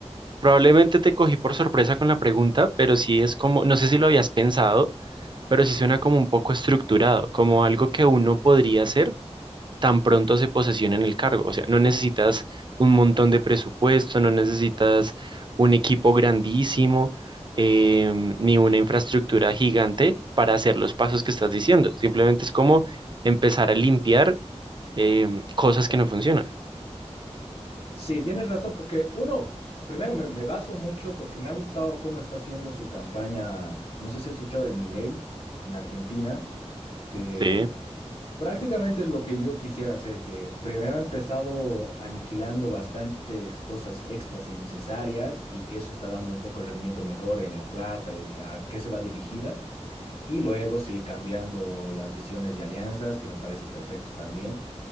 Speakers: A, on the right; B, on the left.
A: probablemente te cogí por sorpresa con la pregunta, pero sí es como, no sé si lo habías pensado pero sí suena como un poco estructurado, como algo que uno podría hacer tan pronto se posesiona en el cargo. O sea, no necesitas un montón de presupuesto, no necesitas un equipo grandísimo, em, ni una infraestructura gigante para hacer los pasos que estás diciendo. Simplemente es como empezar a limpiar em, cosas que no funcionan,
B: Sí, tienes razón, porque uno, primero me, me baso mucho porque me ha gustado cómo está haciendo su campaña. No sé si has escuchado de Milei en Argentina, que
A: Sí.
B: Prácticamente es lo que yo quisiera hacer, que primero he empezado aniquilando bastantes cosas extras innecesarias y eso está dando un poco de rendimiento mejor en la plata y a qué se va dirigida. Y luego sí, cambiando las visiones y alianzas, que me parece perfecto también.